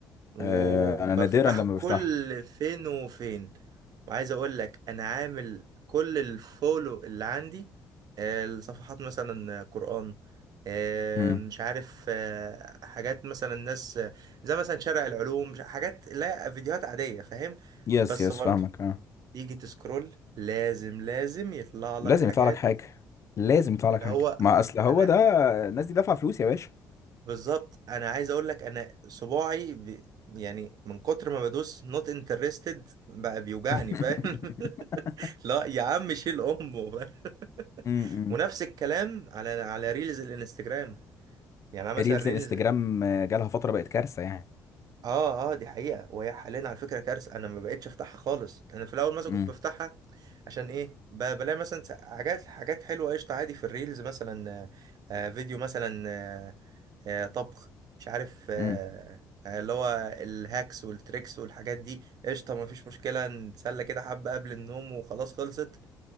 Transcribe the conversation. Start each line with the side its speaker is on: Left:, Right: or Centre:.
Right: وبفتحه
Left: آه أنا نادرا لما
Right: كل
Left: بفتحه
Right: فين وفين وعايز اقول لك انا عامل كل الفولو اللي عندي آه، الصفحات مثلا قرآن آه،
Left: امم
Right: مش عارف آه، حاجات مثلا ناس آه، زي مثلا شارع العلوم مش- حاجات لا فيديوهات عادية فاهم
Left: يس
Right: بس
Left: يس
Right: برضه
Left: فاهمك اه
Right: يجي تسكرول لازم لازم يطلع لك
Left: لازم
Right: حاجات
Left: يطلع لك حاجه لازم يطلع لك
Right: اللي
Left: حاجه
Right: هو
Left: ما اصل هو
Right: انا
Left: ده الناس دي دافعه فلوس يا باشا
Right: بالظبط انا عايز اقول لك انا صباعي ب... يعني من كتر ما بدوس نوت انترستد بقى بيوجعني
Left: <laughs>
Right: فاهم <laughs> لا يا عم شيل امه فاهم <laughs>
Left: امم
Right: ونفس الكلام على على ريلز الانستجرام يعني انا مثلا
Left: ريلز
Right: ريلز
Left: الانستجرام آه، جالها فتره بقت كارثه يعني
Right: اه اه دي حقيقه وهي حاليا على فكره كارثه انا ما بقتش افتحها خالص انا في الاول مثلا
Left: امم
Right: كنت بفتحها عشان ايه ب- بلاقي مثلا س- حاجات حاجات حلوه قشطه عادي في الريلز مثلا آه، آه، فيديو مثلا آه، آه، طبخ مش عارف آه،
Left: امم
Right: آه، اللي هو الهاكس والتريكس والحاجات دي قشطة مفيش مشكلة نتسلى كده حبة قبل النوم وخلاص خلصت